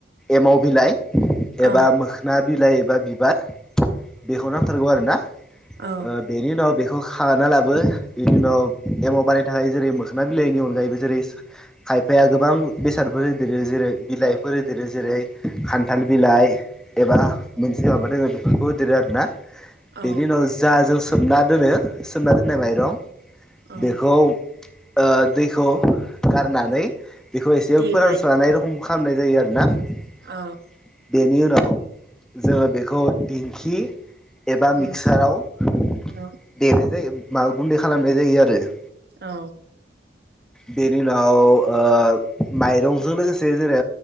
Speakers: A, in the centre; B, on the right.
A: एमाव बिलाइ
B: औ
A: एबा मोखना बिलाइ एबा बि बार बेखौ नांथारगौ आरोना ओ
B: औ
A: बेनि उनाव बेखौ खानालाबो बिनि उनाव एमाव बानायनो थाखाय जेरै मोखना बिलाइनि अनगायैबो जेरै खायफाया गोबां बेसादफोर होदेरो जेरै बिलाइफोर होदेरो जेरै खान्थाल बिलाइ एबा मोनसे माबा दोङो बेफोरखौ होदेरो आरोना
B: औ
A: बेनि उनाव जा जों सोमना दोनो सोमना दोननाय माइरं
B: औ
A: बेखौ ओ दै खौ गारनानै बेखौ एसे
B: देबाय
A: फोरानस्रानाय रखम खामनाय जायो आरोना ।
B: औ
A: बेनि उनाव जोङो बेखौ दिंखि एबा
B: औ
A: मिक्साराव देनाय
B: औ
A: जायो माबा गुन्दै खालामनाय जायो आरो ।
B: औ।
A: बेनि उनाव ओ माइरंजों लोगोसे जेरै